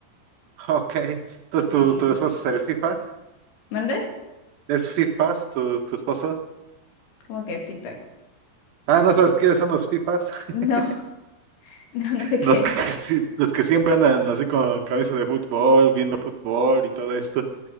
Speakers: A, on the right; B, on the left.
A: <laughs> ok. Entonces
B: y
A: tu, tu esposo es el FIFAs.
B: mandé
A: ¿Es FIFAs tu, tu esposo?
B: como que feedbacks.
A: Ah, ¿no sabes quiénes son los FIFAs?
B: No,
A: <laughs>
B: <laughs> no, no sé qué
A: Los
B: es.
A: que, <laughs> sí- los que siempre andan así con camisa de fútbol, viendo fútbol y todo esto.